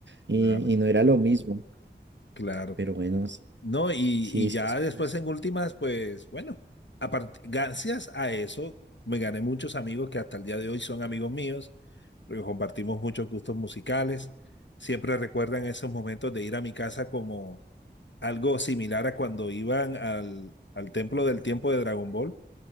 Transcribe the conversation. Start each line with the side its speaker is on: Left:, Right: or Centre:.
Right: y,
Left: claro,
Right: y no era lo mismo.
Left: claro.
Right: Pero bueno, sí,
Left: No, y, y
Right: sí,
Left: ya
Right: sí, eso
Left: después
Right: es.
Left: en últimas, pues bueno, apart- gracias a eso me gané muchos amigos que hasta el día de hoy son amigos míos, porque compartimos muchos gustos musicales. Siempre recuerdan esos momentos de ir a mi casa como algo similar a cuando iban al, al templo del tiempo de Dragon Ball,